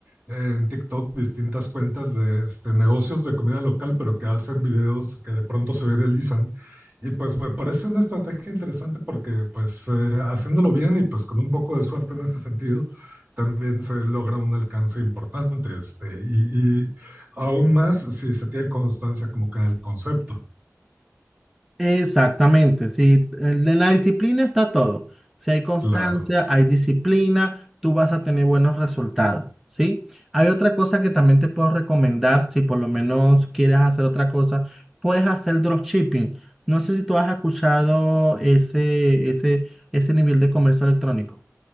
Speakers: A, on the right; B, in the centre.
A: en TikTok distintas cuentas de este, negocios de comida local, pero que hacen videos que de pronto se viralizan. Y pues me parece una estrategia interesante porque pues eh, haciéndolo bien y pues con un poco de suerte en ese sentido, también se logra un alcance importante. Este, y, y aún más si se tiene constancia como que del concepto,
B: Exactamente, sí, en en la disciplina está todo. Si hay constancia,
A: claro.
B: hay disciplina, tú vas a tener buenos resultados, ¿sí? Hay otra cosa que también te puedo recomendar, si por lo menos quieres hacer otra cosa, puedes hacer dropshipping. No sé si tú has escuchado ese, ese, ese nivel de comercio electrónico.